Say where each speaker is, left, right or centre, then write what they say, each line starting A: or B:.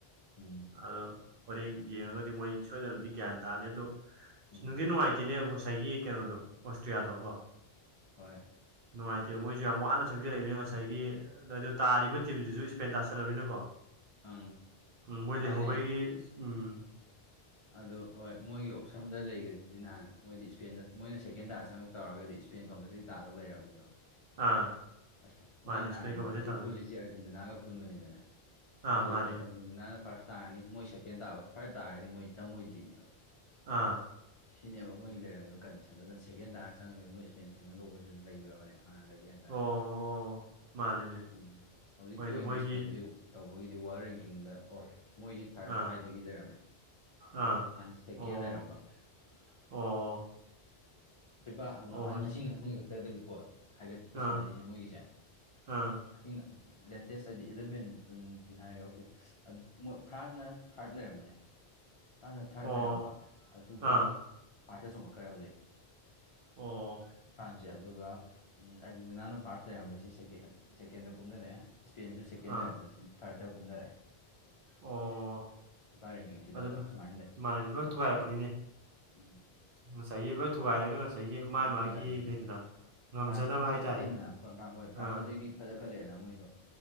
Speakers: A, on the left; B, on the right.
A: ꯎꯝ
B: ꯑꯗꯣ ꯍꯣꯔꯦꯡ ꯌꯦꯡꯉꯒꯗꯤ ꯃꯣꯏ ꯁꯣꯏꯗꯅꯗꯤ ꯒ꯭ꯌꯥꯟ ꯇꯥꯔꯅꯤ ꯑꯗꯣ
A: ꯎꯝ
B: ꯅꯨꯡꯗꯤ ꯅꯨꯡꯉꯥꯏꯇꯦꯅꯦꯕ ꯉꯁꯥꯏꯒꯤ ꯀꯩꯅꯣꯗꯣ ꯑꯣꯁꯇ꯭ꯔꯤꯌꯥꯗꯣ ꯀꯣ
A: ꯍꯣꯏ
B: ꯅꯨꯡꯉꯥꯏꯇꯦꯕ ꯃꯣꯏꯁꯨ ꯌꯥꯝ ꯋꯥꯅ ꯆꯪꯖꯔꯛꯏꯃꯤꯅꯤꯅ ꯉꯁꯥꯏꯒꯤ ꯑꯗꯨꯣ ꯇꯥꯔꯤꯕ ꯇꯤꯝꯁꯤꯁꯨ ꯆꯥꯁꯜꯂꯅꯤꯅꯀꯣ
A: ꯑꯪ
B: ꯎꯝ ꯃꯣꯏ ꯂꯩꯍꯧꯕꯒꯤ
A: ꯃꯥꯅꯦ
B: ꯎꯝ
A: ꯑꯗꯨ ꯍꯣꯏ ꯃꯣꯏꯒꯤ ꯑꯣꯞꯁꯟꯗ ꯂꯩꯒꯔꯤ ꯁꯤꯗꯤ ꯅꯍꯥꯟ ꯃꯣꯏꯗꯤ ꯏꯁꯄꯦꯟꯗ ꯃꯣꯏꯅ ꯁꯦꯀꯦꯟ ꯇꯥ ꯆꯉꯛ ꯇꯧꯔꯒꯗꯤ ꯏꯁ꯭ꯄꯦꯟ ꯀꯝꯄꯜꯁꯔꯤ ꯇꯥꯗꯧ ꯂꯩꯔꯝꯅꯦꯕ
B: ꯑꯥ
A: ꯑꯁ ꯃꯣꯏ
B: ꯃꯥꯅꯦ ꯏꯁꯄꯦꯟ
A: ꯅꯍꯥꯟ
B: ꯀꯞ ꯍꯧꯖꯤꯛ
A: ꯒ꯭ꯔꯨꯞ
B: ꯇꯥꯗꯣꯏꯅꯦ
A: ꯄꯨꯜꯂꯤꯁꯦ ꯑꯔꯖꯦꯟꯇꯤꯅꯥꯒ ꯑꯄꯨꯟꯕꯅꯤꯗꯅ
B: ꯑꯥ
A: ꯑꯗꯨꯗ
B: ꯃꯥꯅꯦ
A: ꯑꯔꯖꯦꯟꯇꯤꯅꯥ ꯑꯅ ꯐꯥꯔꯁ ꯇꯥꯔꯅꯤ ꯃꯣꯏ ꯁꯦꯀꯦꯟ ꯇꯥꯕ ꯊꯥꯔꯠ ꯇꯥꯔꯗꯤ ꯃꯣꯏ ꯆꯪꯉꯣꯏꯗ꯭ꯔꯤꯅꯦꯕ
B: ꯑꯥ
A: ꯁꯤꯅꯦꯕ ꯃꯣꯏꯒꯤ ꯂꯩꯝꯃꯤꯕ ꯀꯟꯗꯤꯁꯟꯗꯨ ꯑꯗꯨꯅ ꯁꯦꯀꯦꯟ ꯇꯥꯔ ꯆꯪꯉꯒꯗꯤ ꯃꯣꯏ ꯏꯁꯄꯦꯟ ꯊꯦꯡꯒꯟꯗꯧꯕꯁꯨ ꯑꯗꯨ ꯂꯩꯈ꯭ꯔꯕꯅꯦꯕ ꯍꯥꯟꯅꯗꯒꯤ ꯍꯥꯏꯇꯥꯔꯦꯅꯦ
B: ꯑꯣ ꯑꯣ ꯃꯥꯅꯤꯅꯦ
A: ꯎꯝ ꯍꯧꯖꯤꯛꯀꯤ
B: ꯍꯣꯏꯅꯦ
A: ꯑꯣꯏꯅ
B: ꯃꯣꯏꯒꯤ
A: ꯏꯁꯄꯦꯟꯁꯤ ꯇꯧꯕꯒꯤ ꯋꯥꯔꯜ ꯔꯦꯡꯀꯤꯡꯗ ꯑꯣ ꯃꯣꯏꯁꯦ ꯊꯥꯔꯗ
B: ꯑꯥ
A: ꯍꯥꯏꯗꯒꯤ ꯂꯩꯔꯝꯃꯦ
B: ꯑꯥ
A: ꯍꯥꯟꯅ ꯁꯦꯀꯦꯟ
B: ꯑꯣ
A: ꯂꯩꯔꯝꯕ
B: ꯑꯣ
A: ꯐꯕ
B: ꯑꯣ ꯍꯣꯏ
A: ꯉꯁꯤ ꯉꯥꯡꯈꯩ ꯈꯛꯇꯗꯒꯤꯀꯣ ꯍꯥꯏꯒꯠꯄ
B: ꯑꯥ
A: ꯁꯥꯟꯅꯔꯤꯁꯦ ꯃꯣꯏꯒꯤꯁꯦ
B: ꯑꯥ
A: ꯉ ꯂꯦꯇꯦꯁ ꯍꯥꯏꯗꯤ ꯏꯂꯚꯦꯟ ꯇꯨꯇꯤ ꯍꯥꯏꯔꯦ ꯑꯣꯀꯦꯣꯏ ꯐ꯭ꯔꯥꯟꯁꯅ ꯊꯥꯔꯠ ꯂꯩꯔꯝꯕꯅꯦ ꯍꯥꯟꯅ ꯊꯥꯔꯠ
B: ꯑꯣ
A: ꯂꯩꯔꯝꯕ ꯑꯗꯨꯒ
B: ꯑꯥ
A: ꯐꯥꯔꯠꯇ ꯆꯨꯝꯉꯛꯈ꯭ꯔꯦ ꯍꯧꯖꯤꯛ
B: ꯑꯣ
A: ꯁꯦ ꯑꯗꯨꯒ ꯑꯥꯔꯖꯦꯟꯇꯤꯅꯥꯅ ꯐꯥꯔꯁ ꯂꯩꯔꯝꯕꯁꯤ ꯁꯦꯀꯦꯟꯗ ꯀꯨꯝꯅꯔꯛꯑꯦ ꯏꯁꯄꯦꯟꯁꯨ ꯁꯦꯀꯦꯟ
B: ꯑꯥ
A: ꯂꯩꯔꯝꯕꯕꯁꯤ ꯊꯥꯔꯠꯇ ꯀꯨꯝꯅꯔꯛꯑꯦ
B: ꯑꯣ
A: ꯐꯤꯐꯥꯏ ꯔꯦꯡꯀꯤꯡꯁꯤꯗꯀꯣ
B: ꯑꯗꯨ
A: ꯁꯨꯃꯥꯏꯅ ꯂꯩ
B: ꯃꯥꯅꯦ ꯂꯣꯏ ꯇꯨꯒꯥꯏꯔꯛꯄꯅꯤꯅꯦ
A: ꯎꯝ
B: ꯉꯁꯥꯏꯒꯤ ꯂꯣꯏ ꯊꯨꯒꯥꯏꯔꯒ ꯉꯁꯥꯏꯒꯤ ꯃꯥꯥꯏ
A: ꯂꯣꯏ
B: ꯃꯥꯒꯤ
A: ꯊꯨꯒꯥꯏꯔꯦ ꯑꯗꯨꯒ
B: ꯂꯩꯗꯅ ꯉꯝꯖꯅꯕ
A: ꯐ꯭ꯔꯥꯟꯁꯇꯤ ꯐꯖ
B: ꯍꯥꯏꯇꯥꯔꯦ
A: ꯈꯠꯂꯛꯗꯅꯣꯏ ꯍꯣꯏ ꯐ꯭ꯔꯥꯟꯁꯇꯨꯗꯒꯤ
B: ꯑꯥ
A: ꯐꯖ ꯈꯠꯂꯛꯑꯦꯅ ꯃꯣꯏꯁꯨ